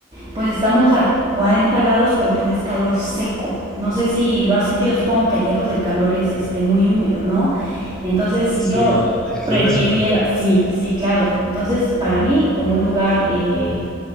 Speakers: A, on the right (about 25°); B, in the centre.
A: pues estamos a 40 grados, pero pues es calor seco. No sé si lo has sentido, supongo que allá pues el calor es este muy húmedo, ¿no? Entonces, si
B: Sí,
A: yo
B: el el clima
A: prefiriera,
B: es húmedo acá.
A: sí, sí, claro. Entonces, para mí como un lugar eh,